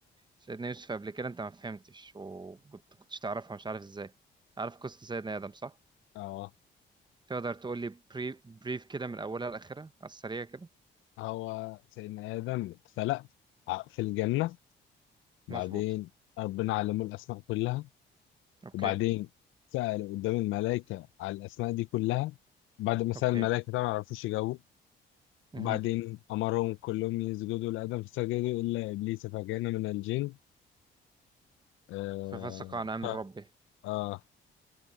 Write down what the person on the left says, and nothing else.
اه
هو سيدنا آدم اتخلق ع- في الجنة بعدين
ربنا علمه الأسماء كلها
وبعدين سأل قدام الملائكة على الأسماء دي كلها بعد ما سأل
الملائكة طبعا ما عرفوش يجاوبوا
وبعدين أمرهم كلهم يسجدوا لآدم فسجدوا إلا إبليس فكان من الجن آه
ف...
آه